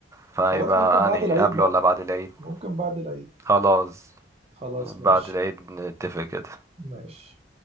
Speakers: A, on the right (about 15°); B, on the right (about 35°).
A: فهيبقى
B: خلاص ممكن بعد
A: انهي
B: العيد
A: قبل
B: بقى
A: ولا بعد العيد
B: ممكن بعد العيد
A: خلاص
B: خلاص
A: بعد
B: ماشي
A: العيد نتفق كده
B: ماشي